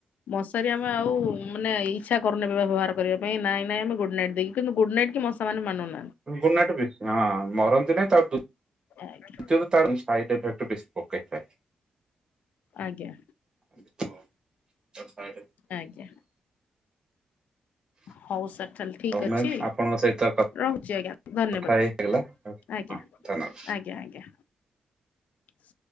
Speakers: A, on the left; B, on the right.
A: ମଶାରୀ ଆମେ ଆଉ ମାନେ ଇଚ୍ଛା କରୁନେବେ ବ୍ୟବହାର କରିବା ପାଇଁ ନାଇଁ ନାଇଁ ଆମେ ଗୁଡ ନାଇଟ୍ ଦେଇକି କିନ୍ତୁ ଗୁଡ ନାଇଟ୍ କି ମଶା ମାନେ ମାନୁନି
B: ଗୁଡନାଇଟ ବି ହଁ। ମରନ୍ତି ନାଁହିଁ ତ
A: ଆଜ୍ଞା
B: ଯଦ ତାର ସାଇଡ୍ ଇଫେକଟ୍ ବେଶୀ ପକେ ହେ।
A: ଆଜ୍ଞା।
B: <inaudible>
A: ଆଜ୍ଞା ହଉ ସାର ତା ହେଲେ ଠିକ ଅଛି
B: ମ୍ୟାମ୍ ଆପଣଙ୍କ ସହିତ
A: ରହୁଛି ଆଜ୍ଞା ଧନ୍ୟବାଦ
B: କଥା ହେଇଗଲା ହଁ ଧନ୍ୟବାଦ।
A: ଆଜ୍ଞା ଆଜ୍ଞା ଆଜ୍ଞା। <inaudible>